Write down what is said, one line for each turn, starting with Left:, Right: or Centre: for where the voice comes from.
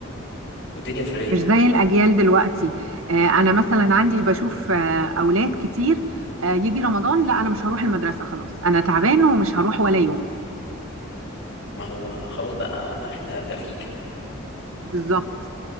Left: والدنيا في الرايق
Right: مش زي الأجيال دلوقتي آه أنا مثلا عندي بشوف آه أولاد كتير آه يجي رمضان لا أنا مش هروح المدرسة خلاص أنا تعبان ومش هروح ولا يوم
Left: ما هو خلاص بقى انا اخدها تلكيكه
Right: بالظبط